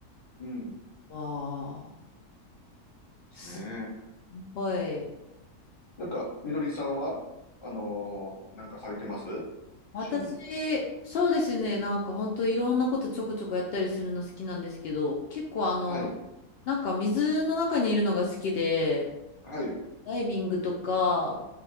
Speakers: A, on the left; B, on the left.
A: うん。で
B: わあ、
A: すね。
B: すごい。
A: なんか、みのりさんは、あのー、なんかされてます
B: 私、
A: 趣味。
B: そうですね。なんか本当いろんなことちょこちょこやったりするの好きなんですけど、結構あの、
A: はい。
B: なんか水の中にいるのが好きで、
A: はい。
B: ダイビングとか、